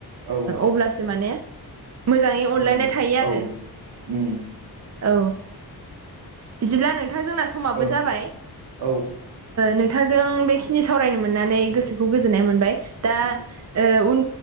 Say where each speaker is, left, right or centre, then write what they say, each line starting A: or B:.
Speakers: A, on the right; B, on the right.
A: औ
B: अब्लासो माने मोजाङै अनलायनाय
A: उम
B: थायो आरो
A: औ उम
B: औ बिदिब्ला नोंथां जोंना समाबो
A: औ
B: जाबाय
A: औ
B: नोंथांजों बेखिनि सावरायनो मोननानै
A: औ
B: गोसोखौ गोजोननाय मोनबाय दा
A: उम
B: उन